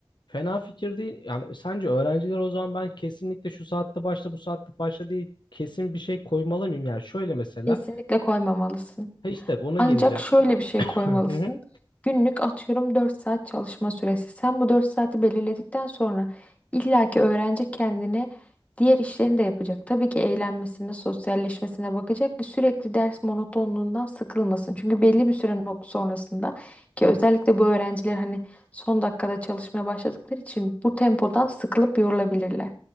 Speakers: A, on the left (about 60°); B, on the left (about 15°).
A: Fena fikir değil. Yani sence öğrenciler o zaman ben kesinlikle şu saatte başla bu saatte başla değil. Kesin bir şey koymalı mıyım? Yani şöyle mesela.
B: Kesinlikle koymamalısın.
A: Ha işte ona
B: Ancak
A: geleceğim.
B: şöyle bir şey
A: <laughs>
B: koymalısın.
A: Hı hı.
B: Günlük atıyorum 4 saat çalışma süresi. Sen bu 4 saati belirledikten sonra illaki öğrenci kendine diğer işlerini de yapacak. Tabii ki eğlenmesine, sosyalleşmesine bakacak ki sürekli ders monotonluğundan sıkılmasın. Çünkü belli bir süre nok- sonrasında ki özellikle bu öğrenciler hani son dakikada çalışmaya başladıkları için bu tempodan sıkılıp yorulabilirler.